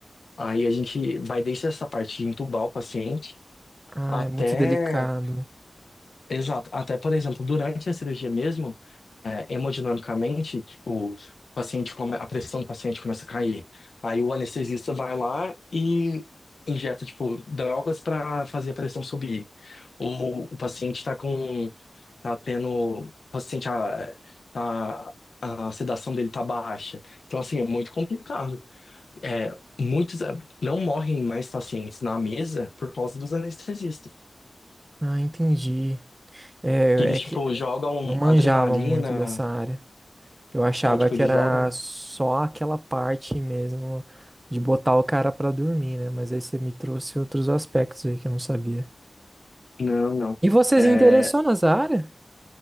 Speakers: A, on the left; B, on the right.
A: Aí a gente vai desde essa parte de entubar o paciente
B: Ah,
A: até
B: é muito delicado.
A: Exato. Até, por exemplo, durante a cirurgia mesmo, é, hemodinamicamente, tipo, o paciente come- a pressão do paciente começa a cair. Aí o anestesista vai lá e injeta, tipo, drogas para fazer a pressão subir. Ou o paciente está com, tá tendo, o paciente, a, tá- a sedação dele tá baixa. Então, assim, é muito complicado. É, muitos, é, não morrem mais pacientes na mesa por causa dos anestesistas.
B: Ah, entendi. É,
A: Que eles,
B: é que
A: tipo,
B: eu
A: jogam
B: não manjava
A: adrenalina.
B: muito dessa área. Eu achava
A: É, tipo,
B: que
A: eles
B: era
A: jogam.
B: só aquela parte mesmo de botar o cara pra dormir, né? Mas aí você me trouxe outros aspectos aí que eu não sabia.
A: Não, não.
B: E você
A: É...
B: se interessou nessa área?